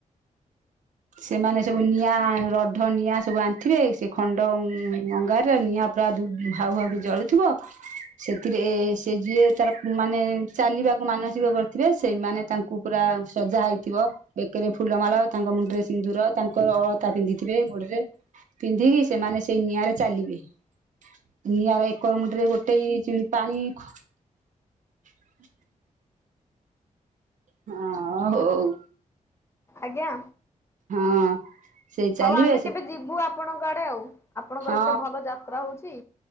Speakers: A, on the right; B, on the left.
A: ସେମାନେ ସବୁ ନିଆଁ ରଢ଼ ନିଆଁ ସବୁ ଆଣି ଥିବେ ସେ ଖଣ୍ଡ ଅ ଅଙ୍ଗାରରେ ନିଆଁ ପୁରା ଦୁ ହାଉ ହାଉ କି ଜଳୁଥିବ ସେତିରେ ସେ ଯିଏ ତାର ମାନେ ଚାଲିବାକୁ ମାନସିକ କରିଥିବେ ସେଇମାନେ ତାଙ୍କୁ ପୁରା ସଜା ହେଇଥିବ ବେକରେ ଫୁଲମାଳ ତାଙ୍କ ମୁଣ୍ଡରେ ସିନ୍ଦୁର ତାଙ୍କ ଅଳ ତା ପିନ୍ଧିଥିବେ ଗୋଡରେ ପିନ୍ଧିକି ସେମାନେ ସେଇ ନିଆଁ ରେ ଚାଲିବେ। ନିଆର ଏକର ମୁଣ୍ଡିରେ ଗୋଟେଏ ଚି ପାଣି <inaudible> ହଁ ହଉ।
B: ଆଜ୍ଞା।
A: ହଁ। ସେଇ ଚାଲିବେ
B: ହଉ ଆମେ
A: ସେ
B: କେବେ ଯିବୁ ଆପଣଙ୍କ ଆଡେ ଆଉ ଆପଣଙ୍କର
A: ହଁ
B: ଏତେ ଭଲ ଯାତ୍ରା ହଉଛି।